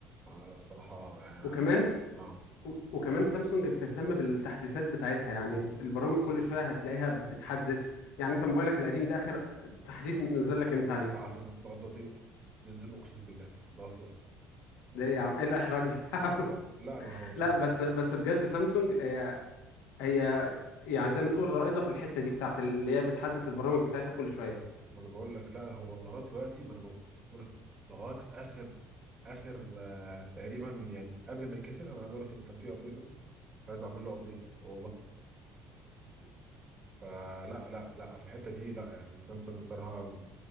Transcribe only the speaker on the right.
آه الصراحه اه يعني انا
اه
لا على فكره لغايه دلوقتي بينزلوا اقسم بالله لغايه دلوقتي
اه
لا ما هو سامسونج
ما انا بقول لك لا هو لغايه دلوقتي ما انا بقول لك لغايه اخر اخر آه تقريبا يعني قبل ما يكسر انا عايز اقول لك ان كان في ابديت عايز اعمل له ابديت والله فلا لا لا في الحته دي لا يعني سامسونج الصراحه م-